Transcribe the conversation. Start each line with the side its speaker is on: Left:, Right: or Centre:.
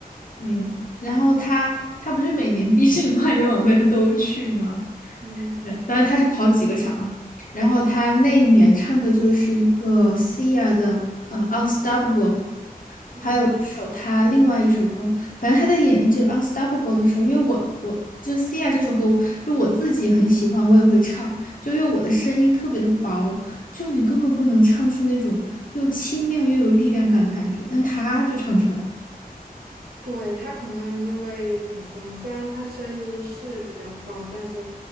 Left: 嗯，然后他他不是每年 B 站跨年晚会他都去吗？
Right: 嗯
Left: 对，当然他是跑几个场啊。然后他那一年唱的就是一个 Sia 的呃《Unstoppable》，
Right: 嗯。
Left: 还有一首他另外一首歌，反正他在演绎这个《Unstoppable》的时候，因为我我就 Sia 这首歌，就我自己很喜欢，我也会唱，就因为我的声音特别的薄，就你根本不能唱出那种又清亮又有力量感的感觉，但他就唱出来了，
Right: 对，他可能因为怎么说呢？虽然他声音是比较高，但是